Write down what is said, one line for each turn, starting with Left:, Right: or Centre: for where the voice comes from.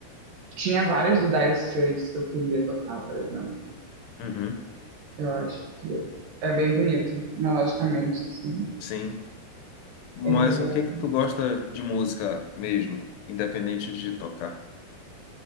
Right: tinha várias do Dire Straits que eu queria tocar, por exemplo.
Left: Uhum,
Right: Eu acho que é bem bonito, melodicamente, assim.
Left: sim. Mas
Right: É,
Left: o que que tu gosta de música mesmo, independente de tocar?